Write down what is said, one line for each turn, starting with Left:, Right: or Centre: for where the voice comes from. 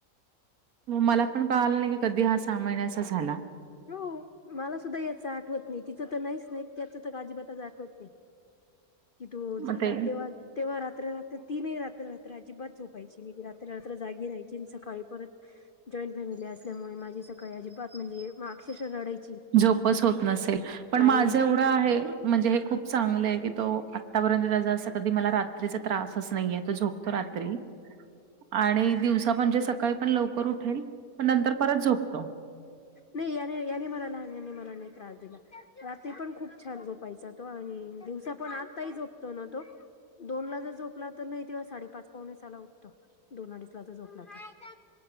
Right: मला पण कळालं नाही की, कधी हा सहा महिन्याचा झाला.
Left: हो मला सुद्धा याचं आठवत नाही, तिचं तर नाहीच नाही, त्याचं तर अजिबातच आठवत नाही. कि तो झाला
Right: मग ते
Left: तेव्हा, तेव्हा रात्र रात्र तीनही रात्र रात्र अजिबात झोपायची नाही, रात्र रात्र जागी राहायचे सकाळी परत जॉईन फॅमिली असल्यामुळे, माझी सकाळी अजिबात म्हणजे अक्षर रडाई-
Right: झोपच होत नसेल, पण माझे
Left: नाही
Right: एवढं हे खूप चांगल आहे की, तो आतापर्यंत त्या अस कधी मला रात्रीचा त्रासच नाहीे तो रात्री,
Left: हम्म
Right: आणि दिवसा म्हणजे सकाळी पण लवकर उठेल. पण नंतर परत झोपतो.
Left: नाही याने, याने मला लहान याने मला नाही त्रास दिला, रात्री पण खूप छान झोपायचा. तो आणि दिवसा पण, आत्ताही झोपतो ना तो? दोन ला जर झोपला तर, नाही तेव्हा साडेपाच पावणे सहाला उठतो. दोन अडीच ला जर झोपला तर.